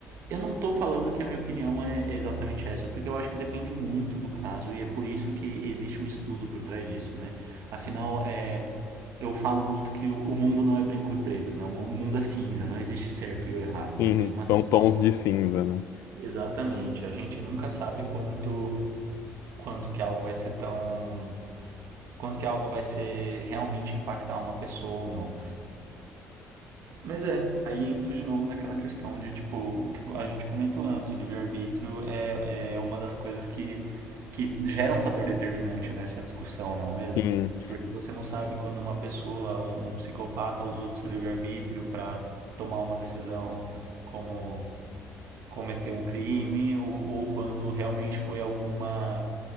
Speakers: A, on the right (about 70°); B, on the left (about 80°).
A: Eu não estou falando que a minha opinião é exatamente essa, porque eu acho que depende muito do caso e é por isso que existe um estudo por trás disso, né? Afinal, é, eu falo muito que o, o mundo não é branco e preto, né? O mundo é cinza, não existe certo e o errado para
B: Sim,
A: nenhuma resposta.
B: são tons de cinza, né?
A: Exatamente. A gente nunca sabe quanto quanto que algo vai ser tão, quanto que algo vai ser realmente impactar uma pessoa ou não. Mas é, aí entra de novo naquela questão de, tipo, o que a gente comentou antes, o livre-arbítrio é, é uma das coisas que, que gera um fator determinante nessa discussão, não é mesmo?
B: Sim,
A: Porque você não sabe quando uma pessoa, um, um psicopata, usou do seu livre-arbítrio para tomar uma decisão como cometer um crime ou, ou quando realmente foi alguma,